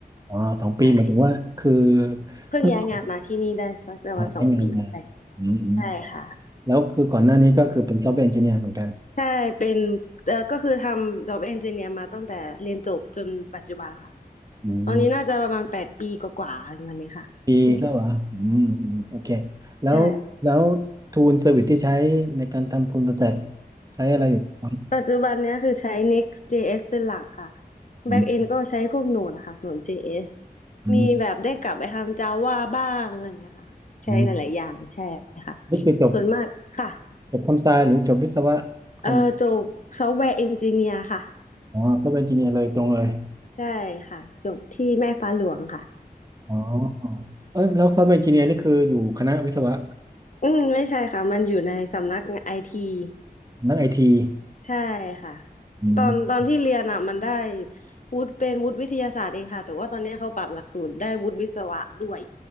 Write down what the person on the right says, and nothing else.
อ๋อสองปีหมายถึงว่าคือ
เพิ่งออกได้งานมาอืมอืม
แล้วคือก่อนหน้านี้ก็คือเป็นซอฟต์แวร์เอนจิเนียร์เหมือนกัน
อืม
ปีแล้วเหรออืมอืมโอเคแล้วแล้วทูลเซอร์วิสที่ใช้ในการทำ
full stack ใช้อะไรอยู่ครับ
อืม
อืม
อืมนี่คือจบ
จบคอมไซหรือจบวิศวะคอม
อ๋อซอฟต์แวร์เอนจิเนียร์เลยตรงเลย
อ๋อเออแล้วซอฟต์แวร์เอนจิเนียร์นี่คืออยู่คณะวิศวะ
นักไอที
อืม